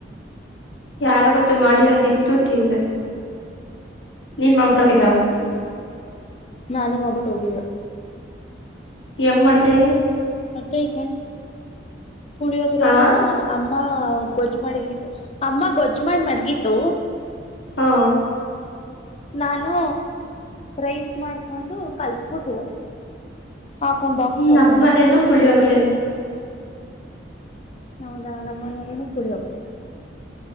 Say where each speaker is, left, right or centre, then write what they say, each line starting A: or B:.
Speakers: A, on the left; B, on the left.
A: ಯಾರ ಗೊತ್ತು ಮಾಡಿರೋದಿತ್ತು ತಿಂದೆ ನೀನ್ ಮಾಡ್ಬಿಟ್ಟುೋಗಿದ್ದ
B: ಹ್ಮ್ ನಾನೇ ಮೋಗ್ಬಿಟ್ಟು ಹೋಗಿದ್ದ
A: ಹೆಂಗ್ ಮಾಡ್ತೆ
B: ಮತ್ತೆ ಇನ್ನೆ ಪುಳಿಯೋಗ್ರೆ
A: ಹಾ
B: ನಮ್ಮ ಅಮ್ಮ ಗೊಜ್ಜ್ ಮಡಗ ಅಮ್ಮ ಗೊಜ್ಜ್ಮ ಮಾಡ್ ಮಡಗಿತು
A: ಹಾ
B: ನಾನು ರೈಸ್ ಮಾಡ್ಕೊಂಡು ಕಲ್ಸ್ಬಿಟ್ಟು ಹೋದೆ ಹಾಕೊಂಡ್ ಬಾಕ್ಸ್
A: ಹೂ
B: ಹಾಕೊಂಡು
A: ನಮ್ಮ ಮನೇಲ್ಲೂ ಪುಳಿಯೋಗ್ರನಿ
B: ಹೌದಾ ನಮ್ಮನೇಲ್ಲ ಪೊಲೋಗ್ರೆನ್